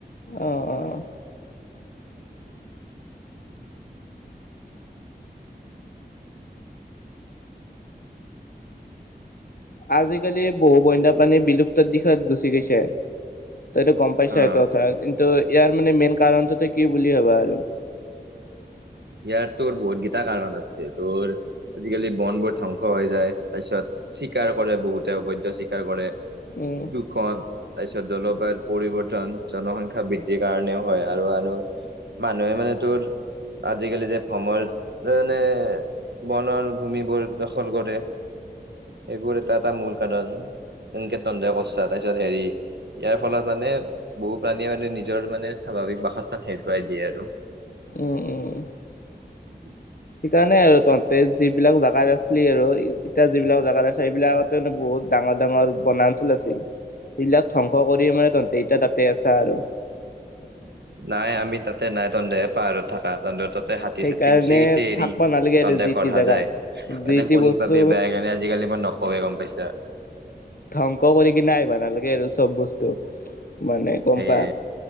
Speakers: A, on the left; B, on the right.
A: অ', অ'। আজিকালি বহু বনী প্ৰানী বিলুপ্ত দিশত গুচি গৈছে। তইটো গম পাইছা
B: অ'
A: এইটো কথা। কিন্তু ইয়াৰ মানে মেইন কাৰণটো তই কি বুলি ভবা আৰু?
B: ইয়াৰ তোৰ বহুত কিতা কাৰণ আছে তোৰ আজিকালি বন বোৰ ধ্বংস হৈ যায়, তাৰ পিছত চিকাৰ কৰে, বহুতে অবৈধ্য চিকাৰ কৰে।
A: উম।
B: প্ৰদূষণ, তাৰ পিছত জলবায়ুৰ পৰিৱৰ্তন, জনসংখ্যা বৃদ্ধিৰ কাৰণেও হয় আৰু মানুহে মানে তোৰ আজিকালি যে সময় মানে <unintelligible> বনৰ ভূমিবোৰ দখল কৰে, এইবোৰ এটা-এটা মূল কাৰণ। তেনকে তন্দে কৰিছা তাৰপিছত হেৰি ইয়াৰ ফলত মানে বহু প্ৰাণীয়ে মানে নিজৰ মানে স্বাভাৱিক বাসস্থান হেৰুৱাই দিয়ে আৰু।
A: উম- উম- উম।
B: <unintelligible>
A: সেইকাৰণে আৰু তহতে যিবিলাক জাগাত আছিলি আৰু। এতিয়া যিবিলাক জাগাত আছে, সেইবিলাক আগতে বহুত ডাঙৰ ডাঙৰ বনাঞ্চল আছিল। এইবিলাক ধ্বংস কৰি মানে তহঁতি এতিটা তাতেই আছা আৰু।
B: নাই আমি তাতেই নাই তহহে পাহাৰত থাকা <unintelligible> ততে হাতী
A: সেইকাৰণে
B: চাতি গুচি গুচি এৰি
A: থাকবা নালাগে আৰু
B: তন্দে
A: যি
B: ঘৰ
A: টি
B: সাজাই
A: জাগাত যি
B: এনে
A: টি
B: কলি
A: বস্তু
B: পাব। <unintelligible> আজিকালি মই নকৱেই গম পাইছা।
A: ধ্বংস কৰি কিনো আহিব নালাগে আৰু চব বস্তু। মানে গম
B: সেয়ে
A: পা,